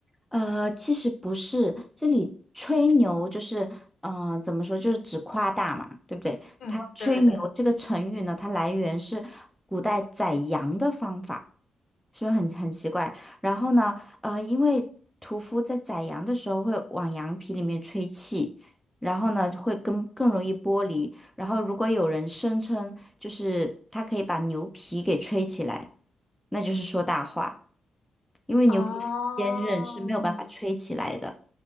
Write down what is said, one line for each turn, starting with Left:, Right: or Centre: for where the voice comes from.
Centre: 呃，其实不是，这里吹牛就是，嗯，怎么说，就是指夸大嘛，对不对？
Left: 嗯，
Centre: 它吹牛这个成语呢，
Left: 对对对。
Centre: 它来源是古代宰羊的方法，是不是很很奇怪？然后呢，呃，因为屠夫在宰羊的时候会往羊皮里面吹气，然后呢会更更容易剥离。然后如果有人声称就是他可以把牛皮给吹起来，那就是说大话。因为牛皮很坚韧是没有办法吹起来的，
Left: 哦，